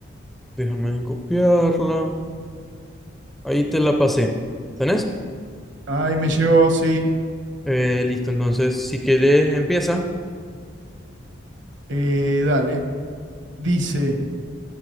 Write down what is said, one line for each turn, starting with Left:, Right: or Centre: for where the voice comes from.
Centre: Déjame copiarla. Ahí te la pasé. ¿Tenés?
Right: Ahí me llegó, sí.
Centre: Eh, listo, entonces, si querés, empieza.
Right: Eh, dale. Dice,